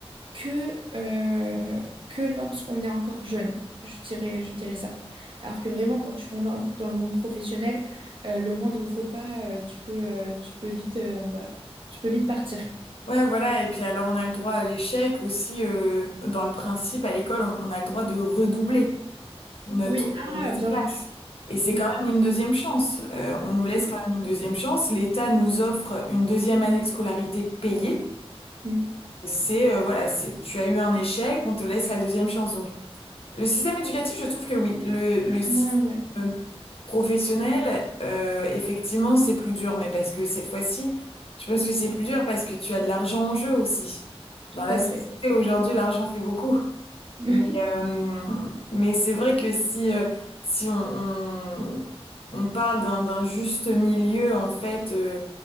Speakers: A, on the right (about 55°); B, on the left (about 65°).
A: que, euh, que lorsqu'on est encore jeune, je dirais, je dirais ça. Alors que vraiment, quand tu vas dans, dans le monde professionnel, euh, le moindre faux pas, euh, tu peux, euh, tu peux vite, euh, on va, tu peux vite partir.
B: Ouais, voilà. Et puis alors, on a le droit à l'échec aussi. euh, dans le principe, à l'école, on, on a le droit de redoubler notre,
A: Oui,
B: euh, notre
A: ah, bien
B: classe.
A: vu.
B: Et c'est
A: Mm,
B: quand même une deuxième chance. Euh, on nous laisse
A: oui,
B: quand même une deuxième chance. L'État nous offre une deuxième année de scolarité payée.
A: mm.
B: C'est, euh, voilà, c'est, tu as eu un échec, on te laisse la deuxième chance. Donc, le système éducatif, je trouve que oui. Le, le système
A: Ah, ouais,
B: professionnel, euh, effectivement, c'est plus dur, mais parce que cette fois-ci, je pense que c'est plus dur parce que tu as de l'argent en jeu aussi.
A: tout
B: Dans la
A: à
B: société
A: fait.
B: aujourd'hui, l'argent fait beaucoup.
A: <laughs>
B: Mais, euh, mais c'est vrai que si, euh, si on, on, on parle d'un, d'un juste milieu, en fait, euh,